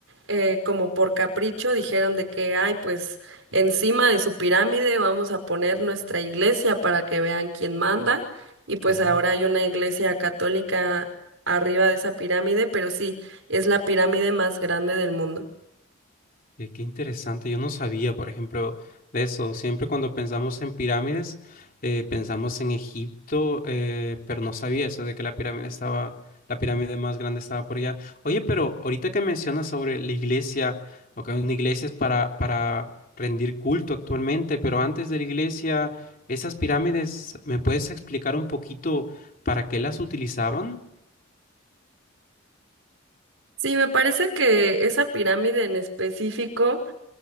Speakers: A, on the right; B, on the left.
A: eh, como por capricho dijeron de que, ay, pues encima de su pirámide vamos a poner nuestra iglesia para que vean quién manda. Y pues
B: Claro.
A: ahora hay una iglesia católica arriba de esa pirámide, pero sí, es la pirámide más grande del mundo.
B: Qué, qué interesante, yo no sabía, por ejemplo, de eso. Siempre cuando pensamos en pirámides, eh, pensamos en Egipto, eh, pero no sabía eso de que la pirámide estaba, la pirámide más grande estaba por allá. Oye, pero ahorita que mencionas sobre la iglesia, o que una iglesia es para, para rendir culto actualmente, pero antes de la iglesia, esas pirámides, ¿me puedes explicar un poquito para qué las utilizaban?
A: Sí, me parece que esa pirámide en específico